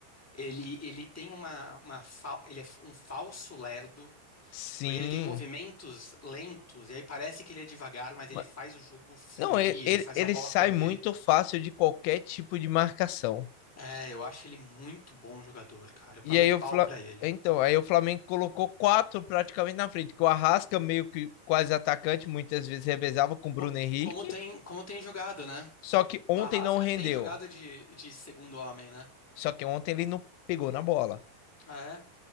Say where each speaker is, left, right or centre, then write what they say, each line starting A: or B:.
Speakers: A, in the centre; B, on the left.
A: Ele, ele tem uma, uma fa- ele é um falso lerdo,
B: Sim.
A: porque ele tem movimentos lentos e aí parece que ele é devagar, mas
B: Ma-
A: ele faz o jogo fluir,
B: Não, ele, ele,
A: ele faz
B: ele
A: a bola
B: sai
A: correr.
B: muito fácil de qualquer tipo de marcação.
A: É, eu acho ele muito bom jogador, cara. Eu pago
B: E aí
A: um pau
B: o Fla...
A: pra ele.
B: então, aí o Flamengo colocou quatro praticamente na frente, que o Arrasca meio que quase atacante, muitas vezes revezava com o Bruno
A: Co-
B: Henrique,
A: Como tem, como tem jogado, né?
B: só que ontem
A: O Arrasca
B: não rendeu.
A: tem jogado de, de segundo homem, né?
B: Só que ontem ele não pegou na bola.
A: Ah, é?